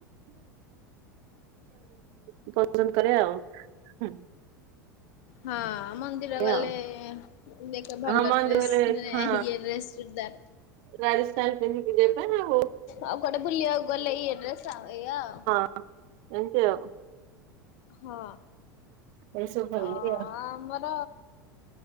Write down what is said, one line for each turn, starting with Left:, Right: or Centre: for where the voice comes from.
Right: <inaudible> ପସନ୍ଦ କରେ ଆଉ। ହୁଁ
Left: ହଁ, ମନ୍ଦିର
Right: ଏଇଆ
Left: ଗଲେ
Right: ଆଉ।
Left: ଦେଖ ଭଲ
Right: ହଁ ମନ୍ଦିରରେ
Left: ଡ୍ରେସ୍ ମାନେ
Right: ହଁ
Left: ଇଏ ଡ୍ରେସ୍ ଚୁଡ଼ିଦାର।
Right: ରାଜସ୍ଥାନ ପିନ୍ଧିକି ଯିବା ଆଉ
Left: ଆଉ କୁଆଡେ ବୁଲିବାକୁ ଗଲେ ଇଏ ଡ୍ରେସ୍ ଆଉ ଏଇଆ ଆଉ।
Right: ଏମତି ଆଉ।
Left: ହଁ
Right: ଏ ସବୁ ଭଲ
Left: ଅ
Right: ଲାଗେ ଆଉ।
Left: ଆମର